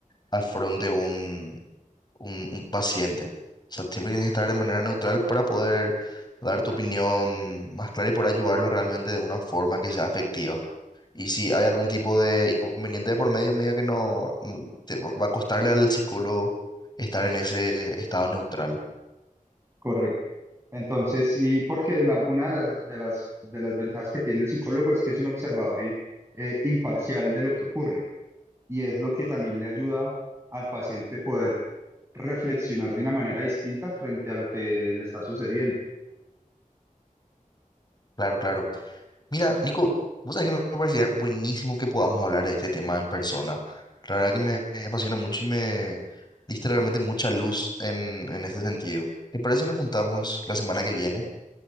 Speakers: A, on the left (about 30°); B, on the right (about 20°).
A: afronte un, un, un paciente. O sea, siempre tienes que estar de manera neutral para poder dar tu opinión más clara y por ayudarlo realmente de una forma que sea afectiva. Y si hay algún tipo de inconveniente de por medio, medio que no, no- te va va a costarle al psicólogo estar en ese estado neutral.
B: Correcto. Entonces, sí, porque la- una de las, de las, de las ventajas que tiene el psicólogo es que es un observador eh, eh, imparcial de lo que ocurre y es lo que también le ayuda al paciente poder reflexionar de una manera distinta frente a lo que le está sucediendo.
A: Claro, claro. Mira, Nico, vos sabés que me parecía buenísimo que podamos hablar de este tema en persona. La verdad que me me apasiona mucho y me diste realmente mucha luz en, en este sentido. ¿Te parece si nos juntamos la semana que viene?